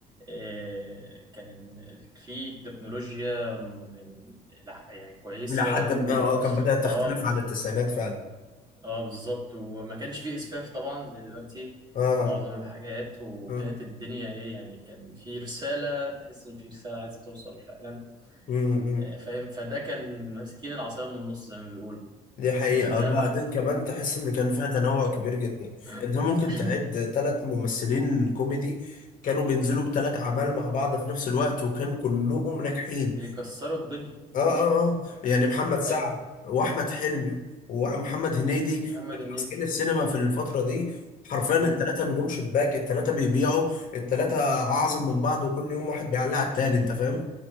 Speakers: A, on the right; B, on the left.
A: آه كان ال- ال- في تكنولوجيا م- م- لح- يعني كويسة
B: الى حد
A: و
B: ما اه كان بدأت تختلف
A: آه
B: عن التسعينات فعلا
A: آه بالظبط وما كانش في إسفاف طبعا زي دلوقتي
B: اه
A: في معظم الحاجات وكانت
B: اه
A: الدنيا إيه يعني كان في رسالة تحس إن في رسالة عايزة توصل فعلا
B: مم، مم.
A: آه فاهم فده كان ماسكين العصاية من النص زي ما بيقولوا
B: دي حقيقة
A: إنما
B: بعدين كمان تحس إن كان فيها تنوع كبير جدا
A: <clears throat>
B: أنت ممكن تعد
A: <coughs>
B: تلات ممثلين كوميدي كانوا بينزلوا بتلات أعمال مع بعض في نفس الوقت وكان كلهم ناجحين
A: بيكسروا الدنيا
B: آه آه
A: امم
B: آه يعني محمد سعد
A: ايوه
B: وأحمد حلمي ومحمد هنيدي
A: محمد
B: كانوا
A: هنيدي
B: ماسكين السينما في الفترة دي حرفيا التلاتة
A: امم
B: نجوم شباك التلاتة بيبيعوا التلاتة أعظم من بعض وكل يوم واحد بيعلق على التاني أنت فاهم؟